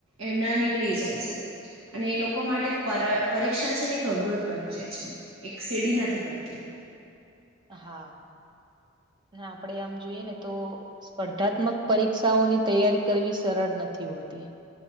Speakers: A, on the right (about 75°); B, on the right (about 20°).
A: એમના નીકળી જાય છે અને એ લોકો માટે પર પરીક્ષા છે ને એક અવરોધ બની જાય છે એક સેડી નથી બનતી
B: હા અને આપડે આમ જોઈએ ને તો સ્પર્ધાત્મક પરીક્ષાઓની તૈયારી કરવી સરળ નથી હોતી